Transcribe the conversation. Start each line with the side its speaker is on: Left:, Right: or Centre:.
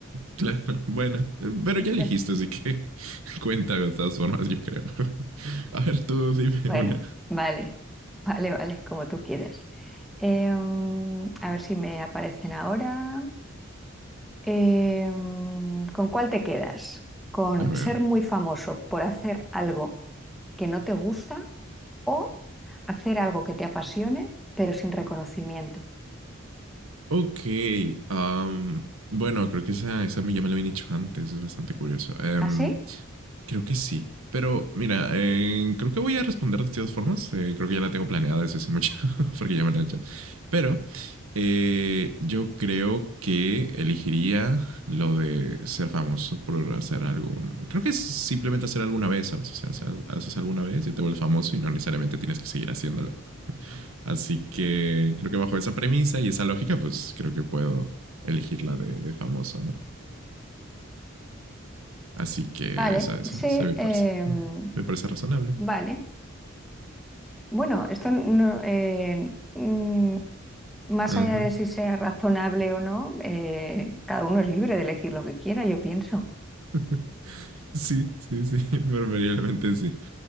Right: Claro, bueno, eh, pero ya
Centre: <laughs>
Right: elegiste, así que <laughs> cuenta de todas formas, yo creo. <laughs> A ver, tú dime
Centre: Bueno,
Right: una.
Centre: vale, vale, vale, como tú quieras. Eh, mm, a ver si me aparecen ahora. Eh, mm, ¿con cuál te quedas? ¿Con
Right: A ver.
Centre: ser muy famoso por hacer algo que no te gusta o hacer algo que te apasione pero sin reconocimiento?
Right: Ok. am, bueno, creo que esa, esa ya me la habían hecho antes, es bastante curioso. Em,
Centre: ¿Así?
Right: Creo que sí. Pero mira, eh, creo que voy a responder de todas formas. Eh, creo que ya la tengo planeada desde hace mucho, <laughs> porque ya me la he hecho. Pero eh, yo creo que elegiría lo de ser famoso por hacer algún. Creo que es simplemente hacer alguna vez, ¿sabes? O sea, sal- haces alguna vez y te vuelves famoso y no necesariamente tienes que seguir haciéndolo. Así que creo que bajo esa premisa y esa lógica, pues creo que puedo elegir la de, de famoso, ¿no? Así que
Centre: Vale,
Right: esa, esa,
Centre: sí,
Right: esa me parece.
Centre: eh, mm,
Right: Me parece razonable.
Centre: vale. Bueno, esto no, eh, mm, más
Right: Ajá.
Centre: allá de si sea razonable o no, eh, cada uno es libre de elegir lo que quiera, yo pienso.
Right: <laughs> Sí, sí, sí, <laughs> preferiblemente sí.